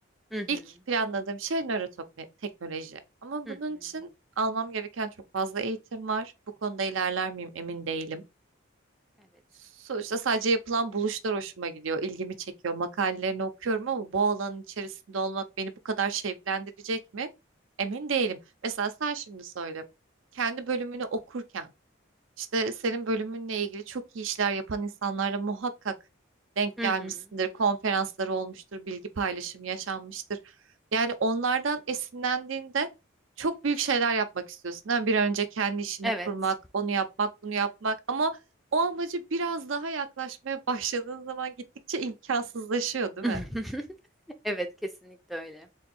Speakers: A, in the centre; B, on the right.
A: Hı hı.
B: İlk planladığım şey nöroteknoloji. Ama
A: Hı
B: bunun
A: hı.
B: için almam gereken çok fazla eğitim var. Bu konuda ilerler miyim emin değilim.
A: Evet.
B: Sonuçta sadece yapılan buluşlar hoşuma gidiyor, ilgimi çekiyor. Makalelerini okuyorum ama bu alanın içerisinde olmak beni bu kadar şevklendirecek mi? Emin değilim. Mesela sen şimdi söyle. Kendi bölümünü okurken işte senin bölümünle ilgili çok iyi işler yapan insanlarla muhakkak denk
A: Hı
B: gelmişsindir.
A: hı.
B: Konferansları olmuştur, bilgi paylaşımı yaşanmıştır. Yani onlardan esinlendiğinde çok büyük şeyler yapmak istiyorsun. değil mi? Bir an önce kendi işini
A: Evet.
B: kurmak, onu yapmak, bunu yapmak ama o amacı biraz daha yaklaşmaya <laughs> başladığın zaman gittikçe imkansızlaşıyor, değil
A: <laughs>
B: mi?
A: Evet, kesinlikle öyle.